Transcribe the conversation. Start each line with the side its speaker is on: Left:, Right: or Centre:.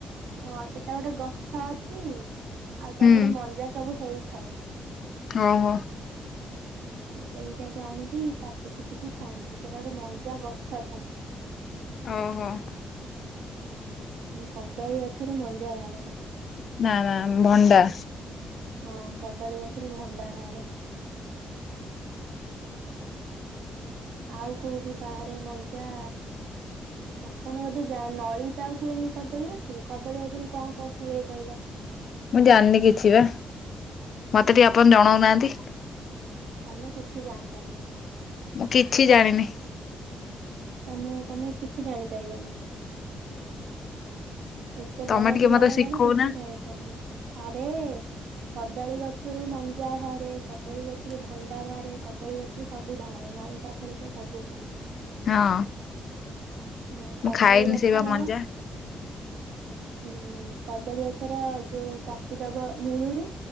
Right: ହଁ ସେଟା ଗୋଟେ ଗଛ ଅଛି ଆଉ ତା
Left: ହୁଁ
Right: ଦେହରେ ମଞ୍ଜା ସବୁ ହେଇଥାଏ।
Left: ଓହୋ।
Right: ସେଇଟାକୁ ଆଣିକି କାଟି କୁଟିକି ଖାଆନ୍ତି ସେଇଟା ଗୋଟେ ମଞ୍ଜା ଗଛ ଥାଏ।
Left: ଓହୋ।
Right: ମୁଁ କଦଳୀ ଗଛରୁ ମଞ୍ଜା ବାହାରେ ନା।
Left: ନାଁ ନାଁ ଭଣ୍ଡା।
Right: ହଁ କଦଳୀ ଗଛରୁ ଭଣ୍ଡା ବାହାରେ। ଆଉ କୋଉଠୁ ବାହାରେ ମଞ୍ଜା ହୁଁ ଆପଣ ବୋଧେ ଯା ନଳିତା ଆଉ ହୁଏନି କଦଳୀ ଗଛରୁ କଦଳୀ ଗଛରୁ କଣ କଣ ହୁଏ କହିଲ?
Left: ମୁଁ ଜାଣିନି କିଛି ବା ମତେ ଟିକେ ଆପଣ ଜଣାଉନାହାନ୍ତି।
Right: ତମେ କିଛି ଜାଣିପାରିବନି।
Left: ମୁଁ କିଛି ଜାଣିନି।
Right: ତମ ତମେ କିଛି ଜାଣିପାରିବନି। ଏତେ ବଡ
Left: ତମେ ଟିକେ
Right: ପିଲା
Left: ମତେ
Right: ହେଲାଣି
Left: ଶିଖଉନା।
Right: କିଛି ଜାଣି ପାରୁନ ଆରେ କଦଳୀ ଗଛରୁ ମଞ୍ଜା ବାହାରେ କଦଳୀ ଗଛରୁ ଭଣ୍ଡା ବାହାରେ କଦଳୀ ଗଛରୁ ସବୁ ବାହାରେ ନଳିତା ଫଳି ତେ ସବୁ ହୁଏ।
Left: ହଁ।
Right: ହଁ
Left: ମୁଁ
Right: କଦଳୀ
Left: ଖାଇନି
Right: ଗଛର
Left: ସେଇ ବା ମଞ୍ଜା
Right: ଉୁଁ କଦଳୀ ଗଛର ଯୋଉ କାଟିଦବା ମୂଳୁରୁ